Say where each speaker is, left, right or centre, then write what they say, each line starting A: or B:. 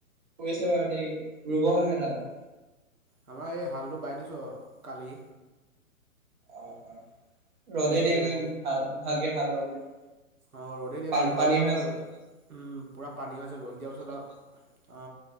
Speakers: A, on the right; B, on the right.
A: কৰিছে বাৰু দেই, ৰুব হলে। <unintelligible>
B: আমাৰ এই হালটো বাই দিছোঁ আৰু কালি
A: অ অ, ৰ'দেই
B: বাকী
A: দিয়া
B: ৰু
A: নাই ভাল- ভালকে হাল বাবলে <unintelligible>
B: অ ৰ'দেই দিয়া
A: পান
B: নাই ৰ'দত
A: পানী
B: দিয়া
A: হৈ
B: পিছত
A: আছে
B: উম পুৰা পানী হৈ আছে ৰ'দ দিয়া পিছত আও আ